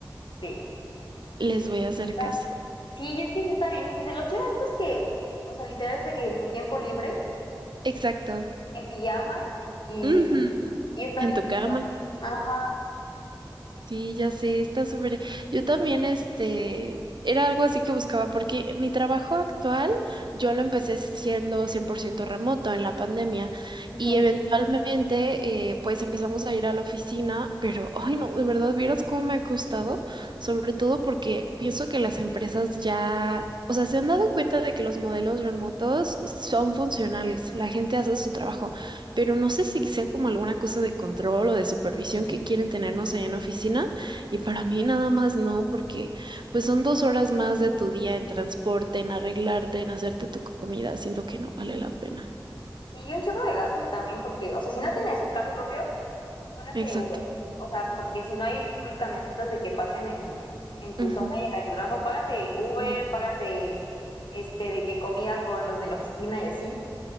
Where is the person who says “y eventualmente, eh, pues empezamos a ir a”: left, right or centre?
Right